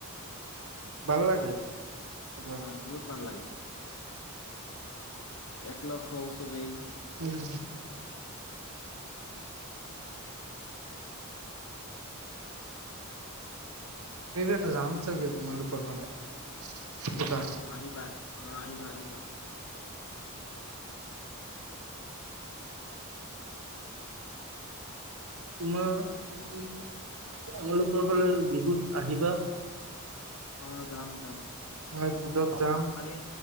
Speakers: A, on the right; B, on the left.
A: ভাল লাগে উম
B: হয় বহুত ভাল লাগে এককলগ হঔচবেই
A: উম এইবটা যাম চাব তোমালোকৰ ফালে পূজা
B: অ অ আহিবা আহ অ আহিবা আহিবা
A: তোমাৰ উম আমলোকৰ ফাললে বিহুত আহিবা
B: অ যাম যাম
A: হয় উূজক যাম
B: কালি